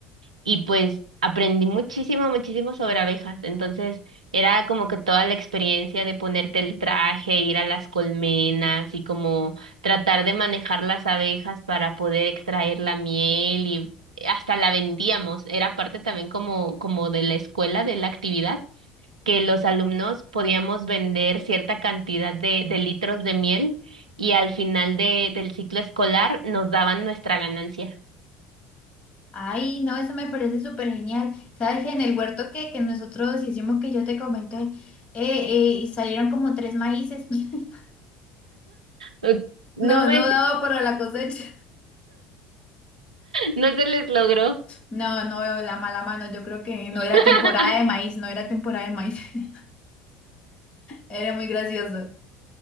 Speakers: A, on the right; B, on the left.
A: y pues aprendí muchísimo, muchísimo sobre abejas. Entonces era como que toda la experiencia de ponerte el traje, ir a las colmenas y como tratar de manejar las abejas para poder extraer la miel y hasta la vendíamos. Era parte también como, como de la escuela, de la actividad, que los alumnos podíamos vender cierta cantidad de, de litros de miel. Y al final de, del ciclo escolar nos daban nuestra ganancia.
B: Ay, no, eso me parece súper genial. Sabes, que en el huerto que, que nosotros hicimos, que yo te comenté, eh, eh, y salieron como tres maíces. <laughs>
A: <laughs> No
B: No,
A: manches.
B: no daba para la cosecha.
A: No se les logró.
B: No, no veo la mala mano. Yo creo que no era
A: <laughs>
B: temporada de maíz, no era temporada de maíz. <laughs> Era muy gracioso.